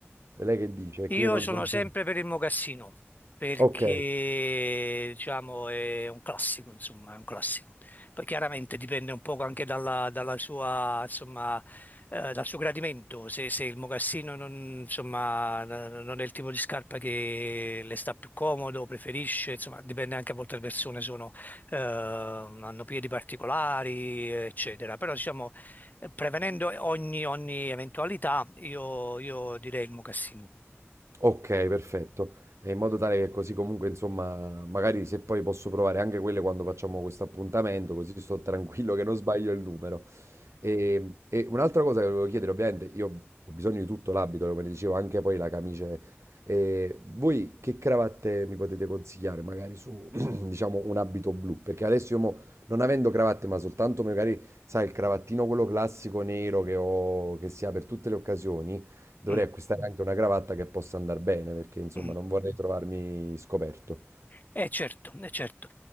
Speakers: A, on the right; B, on the left.
A: Lei che dice?
B: Io
A: Che io non,
B: sono
A: non
B: sempre
A: so.
B: per il mocassino perché
A: Ok,
B: diciamo è un classico, insomma, è un classico. Poi chiaramente dipende un po' anche dalla, dalla sua, insomma, eh, dal suo gradimento. Se, se il mocassino non, insomma, n- non è il tipo di scarpa che le sta più comodo, preferisce, insomma, dipende anche a volte le persone sono, eh, hanno piedi particolari, eccetera. Però diciamo, eh, prevenendo ogni, ogni eventualità, io, io direi il mocassino.
A: Okay, perfetto. E in modo tale che così comunque, insomma, magari se poi posso provare anche quelle quando facciamo questo appuntamento, così sto tranquillo che non sbaglio il numero. Ehm, e un'altra cosa che volevo chiedere, ovviamente io ho bisogno di tutto l'abito, come dicevo, anche poi la camice. Ehm, voi che cravatte mi potete consigliare? Magari su, <clears throat> diciamo, un abito blu? Perché adesso io mo, non avendo cravatte, ma soltanto magari, sai, il cravattino quello classico nero che ho che si ha per tutte le occasioni, Dovrei
B: Mm,
A: acquistare anche una cravatta che possa andar bene, perché insomma
B: mm.
A: non vorrei trovarmi scoperto.
B: Eh certo, eh certo.